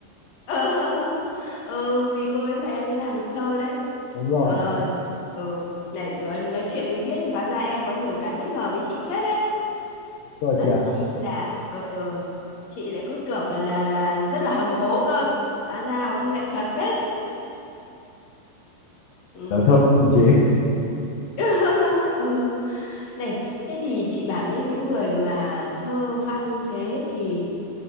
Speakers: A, on the left (about 55°); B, on the left (about 75°).
A: ừ, <laughs> ừ vì cô ấy mà em mới làm được thơ đấy
B: Đúng rồi,
A: ờ ừ. này luôn nói chuyện mới biết hóa ra em có nhiều cái bất ngờ với chị phết đấy
B: đúng
A: rất
B: rồi chị ạ.
A: chi là ờ chị lại cứ tưởng là là là rất là hầm hố cơ hóa ra cũng nghệ thuật phết ừ.
B: Làm thơ cũng chị.
A: <laughs> ừ. này thế thì chị bảo nhé những người mà thơ văn thế thì